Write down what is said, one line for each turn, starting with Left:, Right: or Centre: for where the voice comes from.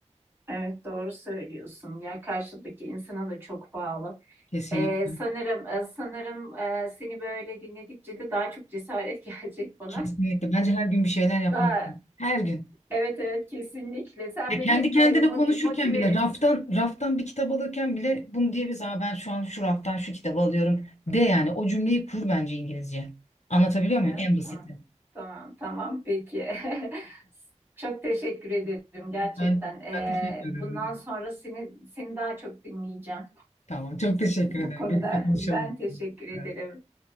Right: Evet doğru söylüyorsun. Ya karşıdaki insana da çok bağlı.
Left: Kesinlikle.
Right: Ee, sanırım e, sanırım e, seni böyle dinledikçe de daha çok cesaret <laughs> gelecek bana.
Left: Kesinlikle. Bence her gün bir şeyler yapmalısın.
Right: Daha
Left: Her gün.
Right: evet evet kesinlikle. Sen
Left: Ya
Right: beni
Left: kendi
Right: hep
Left: kendine
Right: böyle moti-
Left: konuşurken
Right: motive
Left: bile
Right: et.
Left: raftan raftan bir kitap alırken bile bunu diyebiliriz. Aa ben şu an şu raftan şu kitabı alıyorum de yani o cümleyi kur bence İngilizce. Anlatabiliyor muyum?
Right: Ha,
Left: En basiti.
Right: tamam tamam tamam peki. <laughs> Çok teşekkür ederim gerçekten.
Left: Ben,
Right: Ee,
Left: ben teşekkür ederim.
Right: bundan sonra seni seni daha çok dinleyeceğim.
Left: Tamam. Çok teşekkür
Right: Bu
Left: ederim.
Right: konuda
Left: Birlikte konuşalım.
Right: ben teşekkür ederim.
Left: Evet,